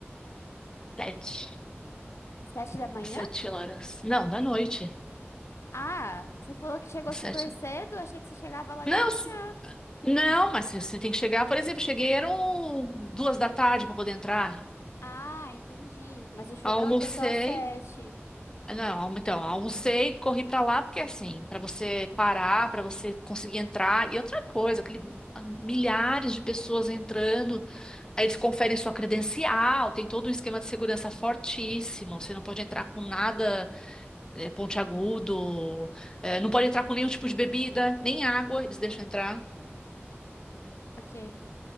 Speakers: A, on the left; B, on the left.
A: Sete.
B: Sete da manhã?
A: Às sete horas. Não, da noite.
B: Ah, você falou que chegou
A: Às
B: super
A: Sete.
B: cedo, achei que você chegava lá
A: Não,
B: de manhã.
A: s- não, mas você tem que chegar. Por exemplo, cheguei, eram duas da tarde para poder entrar.
B: Ah, entendi. Mas o show
A: Almocei.
B: dela foi só às sete.
A: Não, almo- então, almocei, corri para lá, porque assim, para você parar, para você conseguir entrar. E outra coisa, aquele, ah, milhares de pessoas entrando, aí eles conferem sua credencial, tem todo um esquema de segurança fortíssimo, você não pode entrar com nada. é, pontiagudo, é, não pode entrar com nenhum tipo de bebida, nem água, eles deixam entrar.
B: Ok.